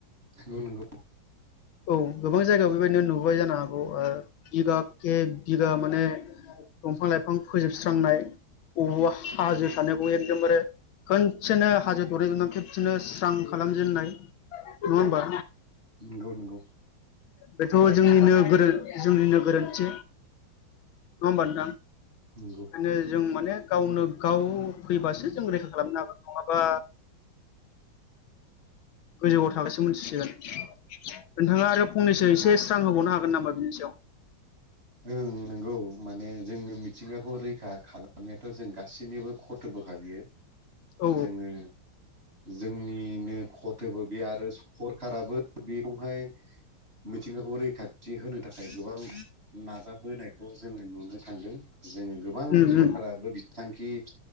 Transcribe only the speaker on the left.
औ गोबां जायगायाव बेबायदिनो नुबाय जानो हागौ बिगा केे बिगा माने दंफां लाइफां फोजोबस्रांनाय बबावबा हाजो थानायखौबो एगदाम बारो खनसेनो हाजो दरनै दरथाम खेबसेनो स्रां खालामजेननाय नङा होमबा?
बेथ' जोंनिनो गोर जोंनिनो गोरोन्थि नङा होमबा नोंथां?
ओंखायनो जों माने गावनो गाव फैबासो जों रैखा खालामनो हागोन नङाबा
गोजौआव थाबासो मिथिसिगोन नोंथाङा आरो फंनैसो एसे स्रां होबावनो हागोन नामा बिनि सायाव
औ
उम
उम